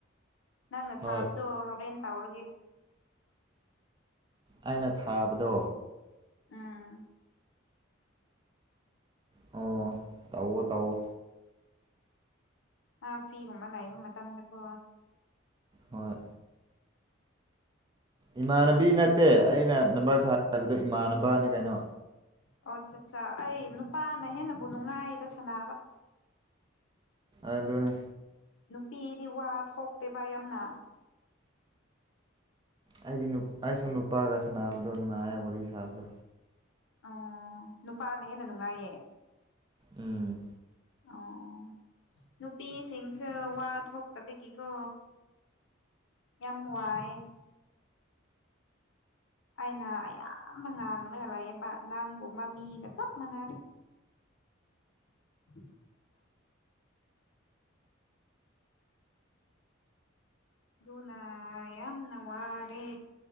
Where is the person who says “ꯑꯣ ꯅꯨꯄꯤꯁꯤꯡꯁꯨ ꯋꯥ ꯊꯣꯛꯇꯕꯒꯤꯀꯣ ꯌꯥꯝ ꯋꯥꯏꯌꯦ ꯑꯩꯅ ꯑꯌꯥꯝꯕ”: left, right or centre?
Left